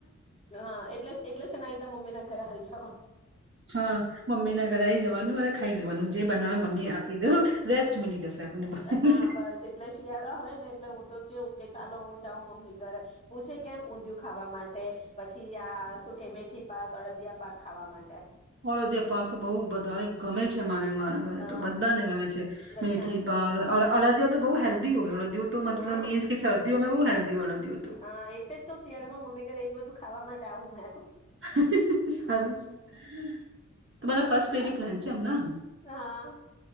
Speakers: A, on the left; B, on the right.
A: હા એટલે એટલે છે ના આ રીતના મમ્મીના ઘરે આવી જ
B: હા મમ્મીના ઘરે આઈજ જવાનું અને ખાઈ લેવાનું જે બનાવે મમ્મી આપી દો. રેસ્ટ મલી જશે. આપણને બને.
A: હા બસ એટલે શિયાળો આવે ને એટલે હુ તો કેવું કે ચાલો હું જાઉં મમ્મી ઘરે પૂછે કેમ ઊંધિયું ખાવા માટે પછ પછી આ શું કે મેથી પાક અડદિયા પાક ખાવા માટે.
B: હળદયા પાક તો બહુ બધ ધારે ગમે છે મારે મારા ઘરે
A: અ
B: તો બધાને ગમે છે
A: બધાને
B: મેથી
A: જ
B: પાક
A: ગમે
B: અલ
A: છે
B: અલ અલદિયા તો બહુ હેલ્ <unintelligible> અડદીયું તો મતલબ
A: હા
B: એજ કે શરદીઓમાં બહુ હેલ્દી અડદીયું.
A: હા એટલે જ તો શિયાળામાં મમ્મી ઘરે એજ બધું ખાવા માટે આવું. <inaudible>
B: <inaudible> ફર્સ્ટ બેબી
A: અહ
B: પ્લાન છે એમ ને?
A: હા